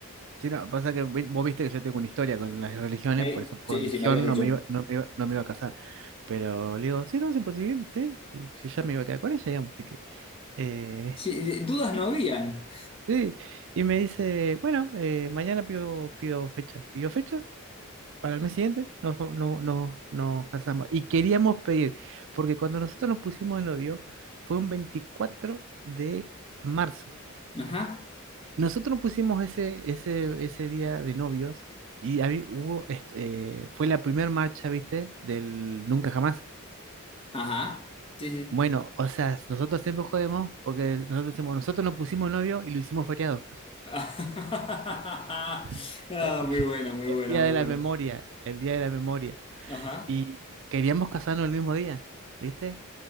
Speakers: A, on the right (about 65°); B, on the left (about 25°).
A: Sí, no, pasa que vi- vos viste que yo tengo una historia con las religiones,
B: Eh,
A: por eso por
B: Sí,
A: religión
B: sí, me habías dicho.
A: no me iba, no me iba, no me iba a casar. Pero le digo, sí, no, sí, por civil, sí, sí, yo ya me iba a quedar con ella, digamos, así que eh,
B: Sí, de- dudas no habían.
A: sí. Y me dice, bueno, eh, mañana pido, pido fecha. ¿Pidió fecha? Para el mes siguiente nos, no, no, nos casamos. Y queríamos pedir, porque cuando nosotros nos pusimos de novio fue un veinticuatro de marzo.
B: Ajá,
A: Nosotros nos pusimos ese, ese, ese día de novios y habí- hubo, este, eh, fue la primera marcha, ¿viste? Del Nunca Jamás.
B: ajá, sí, sí.
A: Bueno, o sea, nosotros siempre jodemos porque nosotros decimos, nosotros nos pusimos novio y lo hicimos feriado.
B: <laughs> Ah,
A: <laughs> El,
B: muy buena, muy
A: el
B: buena,
A: día
B: muy
A: de la
B: buena.
A: memoria, el día de la memoria.
B: Ajá,
A: Y queríamos casarnos el mismo día, ¿viste?